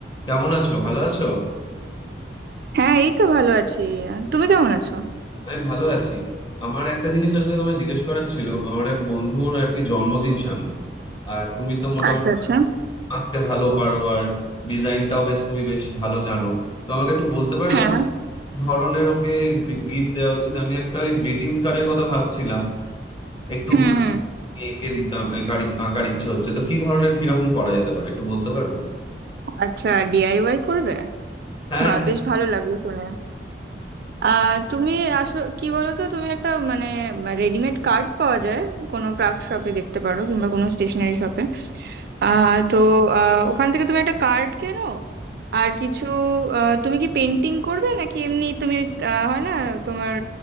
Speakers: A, on the left; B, on the right.
A: কেমন আছো ভালো আছো
B: হ্যাঁ এই তো ভালো আছি তুমি কেমন আছো
A: আমি ভালো আছি আমার একটা জিনিস আসলে তোমায় জিজ্ঞেস করার ছিল আমার এক বন্ধুর আর কি জন্মদিন সামনে আর তুমি তো মোটামুটি
B: আচ্ছা আচ্ছা
A: আঁকতে ভালো পারো আর ডিজাইনটাও বেশ তুমি বেশ ভালো জানো তো আমাকে একটু বলতে পারবে
B: হ্যাঁ
A: যে কি ধরনের ওকে গিফট দেওয়া উচিত আমি একটা ওই গ্রিটিংস কার্ডের কথা ভাবছিলাম একটু
B: হুম হুম
A: বানিয়ে এঁকে দিতাম আঁকার ইস- আঁকার ইচ্ছে হচ্ছে তো কি ধরনের কিরকম করা যেতে পারে একটু বলতে পারবে
B: আচ্ছা ডিআইওয়াই করবে
A: হ্যাঁ
B: বা বেশ ভালো লাগলো শুনে আহ তুমি আসো কি বলো তো তুমি একটা মানে রেডিমেড কার্ড পাওয়া যায় কোনো ক্রাফট শপে দেখতে পারো কিংবা কোনো স্টেশনারি শপে আহ তো আহ, ওখান থেকে তুমি একটা কার্ড কেনো আর কিছু আহ, তুমি কি পেন্টিং করবে নাকি এমনি তুমি আহ, হয় না তোমার